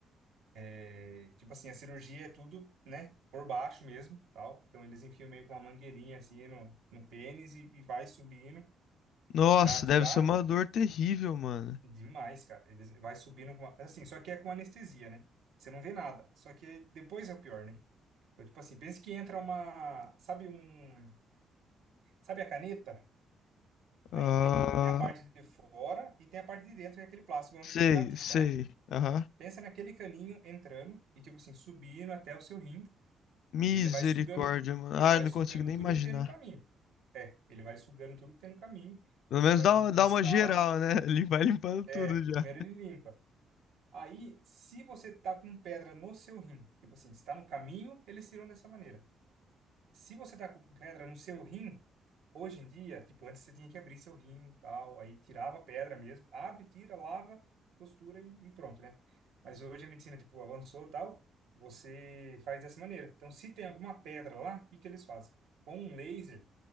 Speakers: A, on the right (about 80°); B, on the left (about 75°).
A: É, Tipo assim, a cirurgia é tudo, né, por baixo mesmo, tal. Então eles enfiam meio com uma mangueirinha assim no, no pênis e, e vai subindo
B: Nossa,
A: para tirar
B: deve ser uma dor terrível, mano.
A: demais, cara. Eles vai subindo com, a- assim, só que é com anestesia, né? Você não vê nada. Só que depois é o pior, né? Então, tipo assim, pensa que entra uma, sabe um, sabe a caneta?
B: Ah,
A: Aí tem tem a parte de fora e tem a parte de dentro, que é aquele plástico
B: Sei,
A: onde fica a tinta,
B: sei.
A: né?
B: Aham.
A: Pensa naquele caninho entrando e tipo assim, subindo até o seu rim
B: Misericórdia,
A: E ele vai sugando,
B: mano.
A: ele
B: Ai,
A: vai
B: não
A: sugando
B: consigo nem
A: tudo
B: imaginar.
A: que tem no caminho. É, ele vai sugando tudo que tem no caminho.
B: Pelo
A: Então, se
B: menos
A: tiver
B: dá,
A: com
B: uma-
A: um cristal,
B: dá uma geral, né? <laughs> Ele vai limpando
A: é,
B: tudo já.
A: primeiro ele limpa. Aí, se você tá com pedra no seu rim, tipo assim, se tá no caminho, eles tiram dessa maneira. Se você tá com pedra no seu rim, Hoje em dia, tipo, antes você tinha que abrir seu rim e tal, aí tirava a pedra mesmo, abre, tira, lava, costura e, e pronto, né? Mas hoje a medicina, tipo, avançou e tal, você faz dessa maneira. Então, se tem alguma pedra lá, o que que eles fazem? Com um laser,